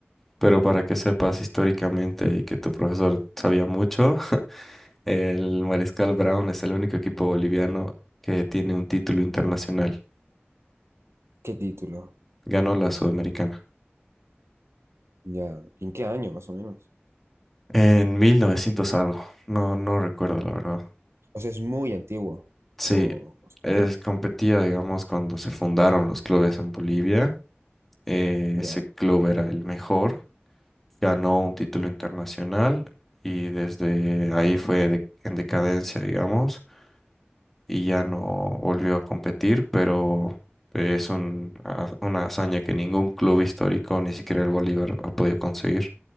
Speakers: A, in the centre; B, on the right.
A: Pero para que sepas históricamente y que tu profesor sabía mucho, <laughs> el Mariscal Brown es el único equipo boliviano que tiene un título internacional.
B: ¿Qué título?
A: Ganó la Sudamericana.
B: Ya, ¿Y ¿en qué año más o menos?
A: En 1900 algo. No, no recuerdo la verdad.
B: O sea, es muy antiguo.
A: Sí,
B: O, o-
A: es, competía, digamos, cuando se fundaron los clubes en Bolivia. eh,
B: ya,
A: ese club era el mejor. Ganó un título internacional y desde ahí fue de- en decadencia, digamos y ya no volvió a competir, pero es un- a- una hazaña que ningún club histórico, ni siquiera el Bolívar, ha podido conseguir,